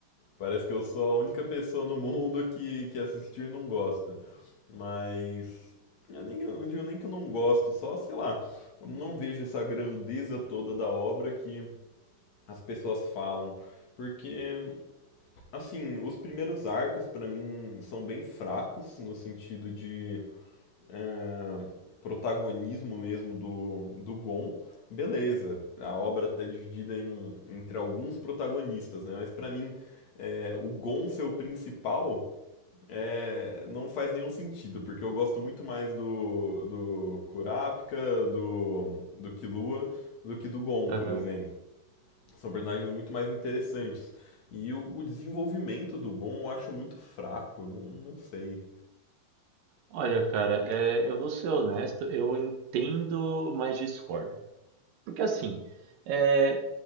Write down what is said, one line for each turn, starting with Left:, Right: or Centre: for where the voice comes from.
Left: parece que eu sou a única pessoa no mundo que, que assistiu e não gosta. Mas. Eu nem, eu não digo nem que eu não gosto, só, sei lá, eu não vejo essa grandeza toda da obra que as pessoas falam. Porque, assim, os primeiros arcos pra mim são bem fracos no sentido de ah, protagonismo mesmo do, do Gon, beleza. A obra está dividida em, entre alguns protagonistas, né? Mas para mim, é, o Gon ser o principal é, não faz nenhum sentido, porque eu gosto muito mais do, do Kurapika, do, do Killua, do que do Gon,
Right: Aham.
Left: por exemplo. São personagens muito mais interessantes. E o, o desenvolvimento do Gon eu acho muito fraco, não, não sei.
Right: Olha, cara, é, eu vou ser honesto, eu entendo, mas discordo. Porque assim, é,